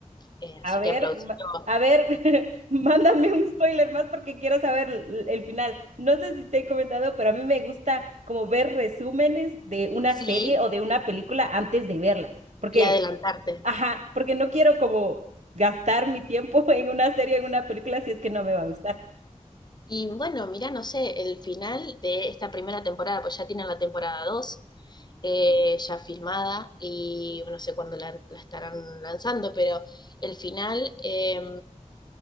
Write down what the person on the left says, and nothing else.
Eh, así
que aplausito.
Sí,
y adelantarte.
Y bueno, mira, no sé, el final de esta primera temporada, pues ya tienen la temporada 2 eh, ya filmada, y bueno, no sé cuándo la, la estarán lanzando, pero el final, eh,